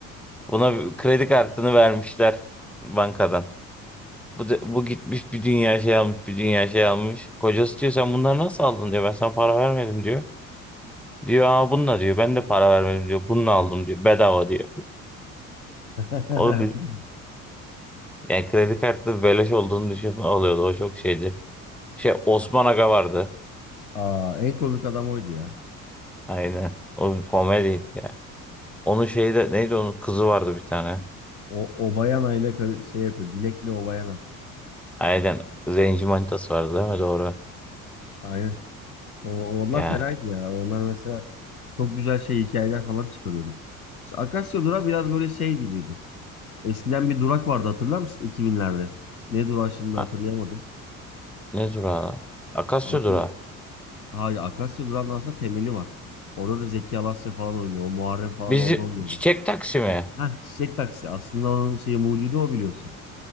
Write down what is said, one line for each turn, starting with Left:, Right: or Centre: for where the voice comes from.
Centre: Buna bir kredi kartını vermişler bankadan. Bu, da- bu gitmiş bir dünya şey almış bir dünya şey almış. Kocası diyor sen bunları nasıl aldın diyor ben sana para vermedim diyor. Diyor aa bununla diyor ben de para vermedim diyor bununla aldım diyor bedava diyor.
Left: <laughs>
Centre: O Yani kredi kartı beleş olduğunu düşünüp alıyordu. O çok şeydi. Şey Osman Aga vardı.
Left: Aa, en komik adam oydu ya.
Centre: Aynen. O komediydi ya. Onun şeyi de neydi onun kızı vardı bir tane.
Left: O Obayana ile kar- şey yapıyor. Dilek'le Obayana.
Centre: Aynen. Zenci manitası vardı değil mi? Doğru.
Left: Aynen. O, onlar
Centre: Yani
Left: fenaydı ya. Onlar mesela çok güzel şey hikayeler falan çıkarıyordu. Mesela Akasya Durağı biraz böyle şey gibiydi. Eskiden bir durak vardı hatırlar mısın 2000'lerde? Ne durağı şimdi hatırlayamadım.
Centre: a- ne durağı? Akasya
Left: Aklı,
Centre: durağı.
Left: hayır Akasya durağının aslında temeli var. Orada da Zeki Alasya falan oynuyor. O Muharrem falan
Centre: Bizi
Left: orada oynuyordu.
Centre: çiçek taksi mi?
Left: Heh, Çiçek Taksi. Aslında onun şeyi mucidi o biliyorsun.